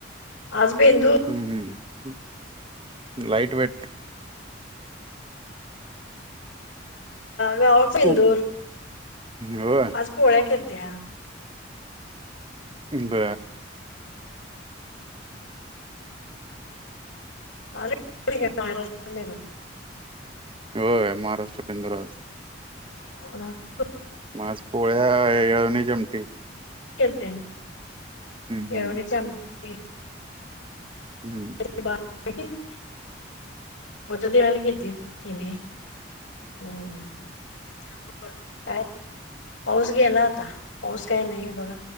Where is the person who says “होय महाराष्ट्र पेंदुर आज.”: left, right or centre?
Right